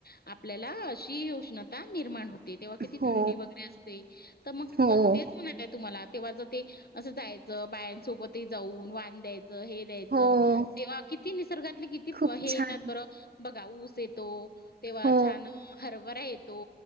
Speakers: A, on the left; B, on the right.
A: आपल्याला अशी उष्णता निर्माण होते. तेव्हा किती
B: हो
A: थंडी वगैरे असते. तर मग
B: हो
A: मग तेच म्हणायचं आहे तुम्हाला तेव्हांच ते, असं जायचं बायांसोबत जाऊन वान द्यायचं हे द्यायच,
B: हो
A: तेव्हा किती निसर्गातले किती
B: खूप
A: हे
B: छान
A: येतात बरं बघा ऊस येतो. तेव्हा
B: हो
A: छान हरभरा येतो